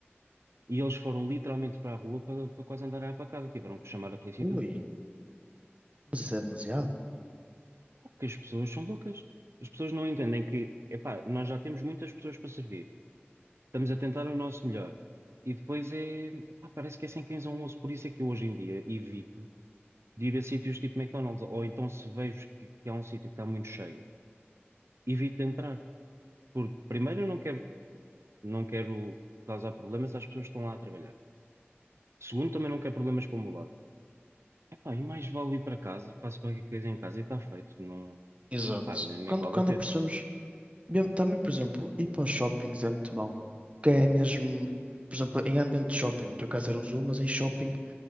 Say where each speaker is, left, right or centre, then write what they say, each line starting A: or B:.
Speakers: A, on the right; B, on the right.
A: e eles foram literalmente para a rua para, para quase andarem à pancada. Tiveram que chamar a polícia
B: Ui,
A: e tudo.
B: mas isso é demasiado.
A: Pá, Porque as pessoas são loucas. As pessoas não entendem que, epá, nós já temos muitas pessoas para servir. Estamos a tentar o nosso melhor. E depois é, epá, parece que é sem cães a um osso. Por isso é que eu hoje em dia evito de ir a sítios tipo McDonald's. Ou então se vejo que, que há um sítio que está muito cheio, evito de entrar. Porque primeiro eu não quero, não quero causar problemas às pessoas que estão lá a trabalhar. Segundo, também não quero problemas para o meu lado. Epá, e mais vale ir para casa, faço qualquer coisa em casa e está feito. Não,
B: Exato.
A: pá, nem, nem
B: Quando,
A: vale
B: quando
A: a pena.
B: apercebemos Mesmo- Também, por exemplo, ir para os shoppings é muito mau. Que é mesmo, por exemplo, em ambiente de shopping, no teu caso era um zoo, mas em shopping